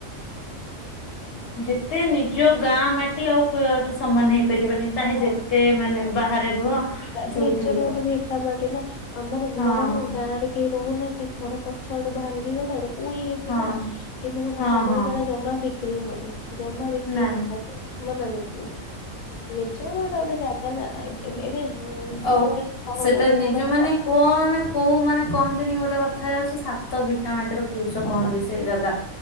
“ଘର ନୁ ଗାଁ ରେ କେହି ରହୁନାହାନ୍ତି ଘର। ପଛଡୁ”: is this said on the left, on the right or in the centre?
Left